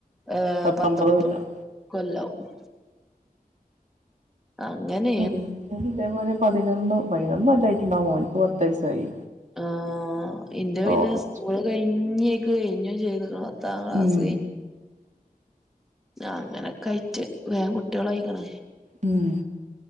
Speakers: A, in the centre; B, on the right.
A: ഏഹ്
B: പത്തൊമ്പത്
A: പത്തൊമ്പ്
B: കൊല്ലം
A: കൊല്ലാവും അങ്ങനെ
B: എനിക്ക് ഇതേപോലെ പതിനൊന്ന് പതിനൊന്ന് നല്ലായിട്ടുണ്ടാവുമോ മോനിക്ക് പത്ത് വയസായി
A: ആ ഇന്റെ പിന്നെ
B: ഓഗസ്റ്റ്
A: സ്കൂള് കഴിഞ്ഞേക്ക് കഴിഞ്ഞും ചെയ്ത താങ്കളാസ
B: ഉം
A: അങ്ങനെയൊക്കെ കയിട്ട് വേൻ കുട്ടികളയിക്കണ
B: ഉം